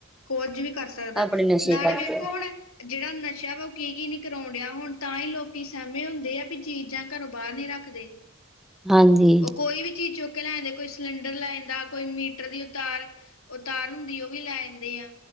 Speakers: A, on the left; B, in the centre.
A: ਕੁਜ ਵੀ ਕਰ ਸਕਦਾ,
B: ਆਪਣੇ ਨਸ਼ੇ
A: ਨਾਲੇ
B: ਕਰਕੇ
A: ਵੇਖੋ ਹੁਣ- ਜਿਹੜਾ ਨਸ਼ਾ ਵਾ ਉਹ ਕੀ ਕੀ ਨਹੀਂ ਕਰਾਉਣ ਡਿਆ, ਹੁਣ ਤਾਂ ਹੀ ਲੋਕ ਸਹਿਮ ਹੁੰਦੇ ਆ ਵੀ ਚੀਜ਼ਾਂ ਘਰੋਂ ਬਾਹਰ ਨਹੀਂ ਰੱਖਦੇ <inaudible>
B: ਹਾਂਜੀ
A: ਕੋਈ ਵੀ ਚੀਜ਼ ਚੁੱਕ ਕੇ ਲੈ ਜਾਂਦੇ, ਕੋਈ ਸਿਲੰਡਰ ਲਾ ਜਾਂਦਾ ਕੋਈ ਮੀਟਰ ਦੀ ਤਾਰ ਔ ਤਾਰ ਹੁੰਦੀ ਔ, ਵੀ ਲੈ ਜਾਂਦੇ ਆ,